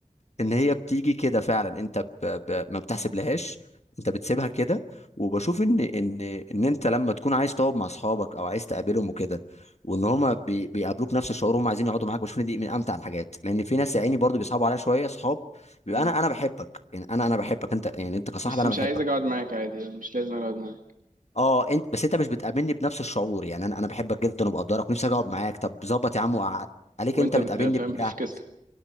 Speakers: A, on the left; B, on the right.
A: ان هي بتيجي كده فعلا انت ب... ب... ما بتحسب لهاش انت بتسيبها كده وبشوف ان ان ان انت لما تكون عايز تقعد مع اصحابك او عايز تقابلهم وكده وان هما بي... بيقابلوك نفس الشعور وهم عايزين يقعدوا معاك بشوف ان دي من امتع الحاجات لان في ناس يا عيني برضه بيصعبوا عليها شويه اصحاب بيبقى
B: مم.
A: انا انا بحبك يعني انا انا بحبك انت يعني انت كصاحب
B: بس
A: انا
B: مش
A: بحبك
B: عايز اقعد معاك عادي يعني مش لازم اقعد معاك
A: اه انت بس انت مش بتقابلني بنفس الشعور يعني انا انا بحبك جدا وبقدرك ونفسي اجي اقعد معاك طب ظبط يا عم وقعد عليك
B: وانت
A: انت بتقابلني
B: بت... فاهم
A: بك
B: بتفكس لي